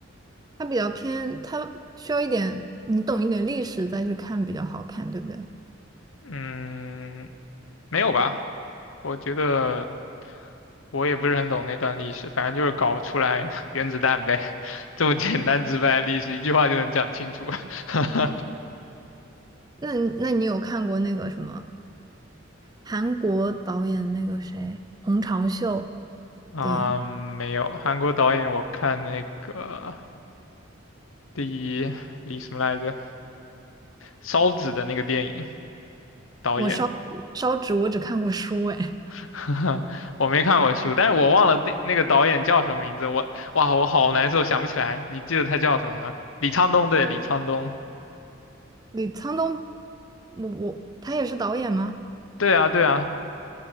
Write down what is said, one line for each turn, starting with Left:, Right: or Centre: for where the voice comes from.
Right: 它比较偏，它需要一点你懂一点历史再去看比较好看，对不对？
Left: 嗯，没有吧？我觉得。我也不是很懂那段历史，反正就是搞出来 <laughs> 原子弹呗，<laughs> 这么简单直白的历史，一句话就能讲清楚。<laughs>
Right: 那你那你有看过那个什么韩国导演那个谁洪长秀？
Left: 嗯，
Right: 电影？
Left: 没有，韩国导演我看那个第一李什么来着，烧纸的那个电影导演，
Right: 我烧纸烧纸我只看过书哎，
Left: <laughs> 我没看过书，但是我忘了那那个导演叫什么名字，我哇，我好难受，想不起来，你记得他叫什么吗？李沧东，对，李沧东，
Right: 李沧东，我我他也是导演吗？
Left: 对啊，对啊，